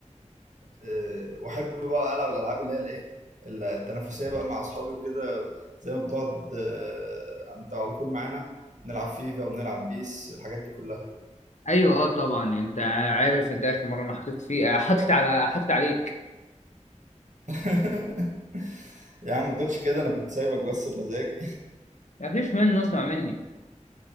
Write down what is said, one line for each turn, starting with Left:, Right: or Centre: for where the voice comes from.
Right: آه، آه، واحب بقى العب الالعاب اللي هي الايه التنافسيه بقى مع اصحابي وكده زي ما بنقعد آه، انت على طول معانا بنلعب فيفا وبنلعب بيس الحاجات دي كلها
Left: ايوه اه طبعا انت عارف انت اخر مره انا حطيت فيه آه، حطيت على حطيت عليك
Right: <laughs> يا عم ما تقولش كده انا كنت سايبك بس بمزاج
Left: ما فيش منه اسمع مني